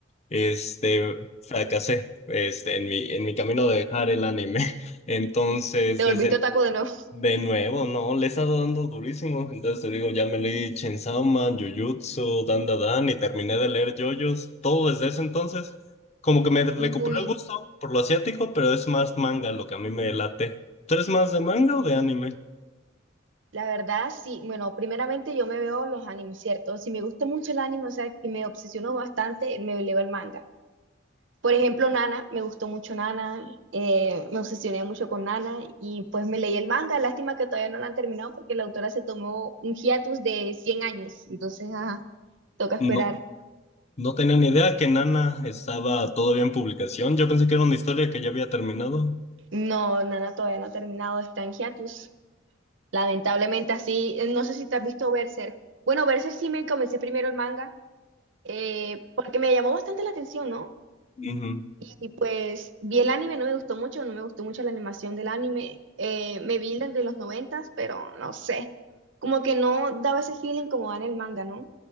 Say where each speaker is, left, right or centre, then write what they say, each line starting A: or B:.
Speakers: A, on the left; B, on the right.
A: este, fracasé, este, en mi, en mi camino de dejar el anime. <laughs> Entonces,
B: Te
A: desde,
B: volviste otaku de nuevo.
A: de nuevo, ¿no? Le he estado dando durísimo, entonces te digo, ya me leí Chainsaw Man, Jujutsu, Dan Dan Dan, y terminé de leer JoJo's, todo desde ese entonces, como que me recuperé
B: <laughs> Uy.
A: el gusto por lo asiático, pero es más manga lo que a mí me late. ¿Tú eres más de manga o de anime?
B: La verdad, sí. Bueno, primeramente yo me veo los animes, ¿cierto? Si me gusta mucho el anime, o sea, que me obsesiono bastante, me leo el manga. Por ejemplo, Nana, me gustó mucho Nana, eh, me obsesioné mucho con Nana y pues me leí el manga. Lástima que todavía no lo han terminado porque la autora se tomó un hiatus de 100 años. Entonces, ajá, toca esperar.
A: No. No tenía ni idea que Nana estaba todavía en publicación. Yo pensé que era una historia que ya había terminado.
B: No, Nana todavía no ha terminado, está en hiatus. Lamentablemente así, eh, no sé si te has visto Berserk. Bueno, Berserk sí me comencé primero el manga eh, porque me llamó bastante la atención, ¿no?
A: Ujú.
B: Y pues vi el anime, no me gustó mucho, no me gustó mucho la animación del anime. Eh, me vi las de los noventas, pero no sé. Como que no daba ese feeling como da en el manga, ¿no?